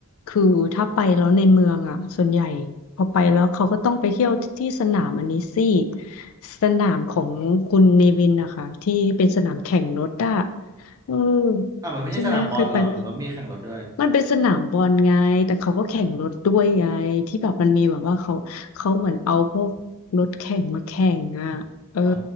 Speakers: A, on the left; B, on the right.
A: คือถ้าไปแล้วในเมืองอ่ะส่วนใหญ่พอไปแล้วเขาก็ต้องไปเที่ยวที่สนามอันนี้สิสนามของคุณเนวินนะคะที่เป็นสนามแข่งรถอ่ะอืม
B: อ่ะมันไม่ใช่สนามบอลเหรอหรือว่ามีแข่งรถด้วย
A: ใช่ไหมเคยไปไหม มันเป็นสนามบอลไงแต่เขาก็แข่งรถด้วยไงที่แบบมันมีแบบว่าเขา เขาเหมือนเอาพวกรถแข่งมาแข่งอ่ะเออ
B: อ๋อ